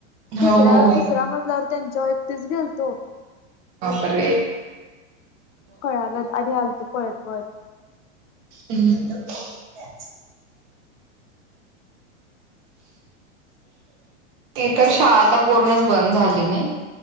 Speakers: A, on the right; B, on the left.
A: हो
B: तिसऱ्या
A: हो हो
B: तिसऱ्या मजल्यावर त्यांच्या एकटीच गेलतो
A: बापर
B: कळागत आधी आलतो पळत पत
A: ह् <inaudible> ती तर शाळा आता पूर्णच बंद झाली नाही